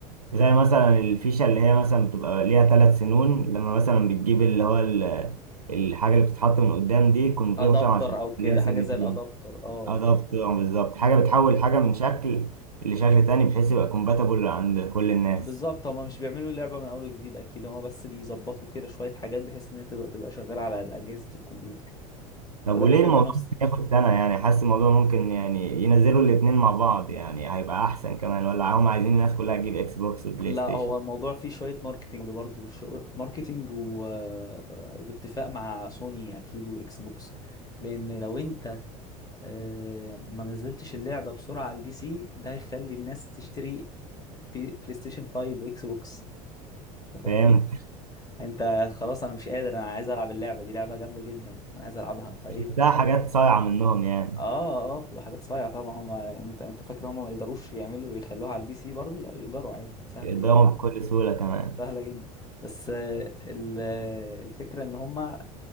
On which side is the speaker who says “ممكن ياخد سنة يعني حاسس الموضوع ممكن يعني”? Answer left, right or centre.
Right